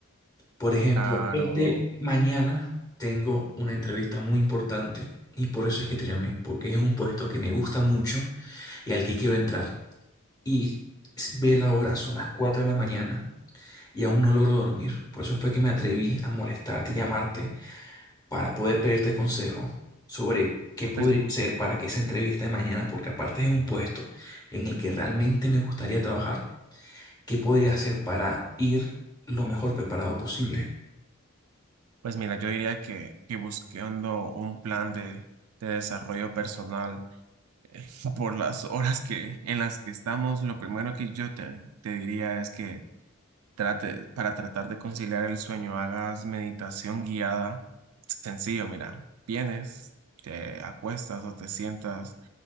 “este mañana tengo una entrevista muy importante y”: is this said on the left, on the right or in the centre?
Left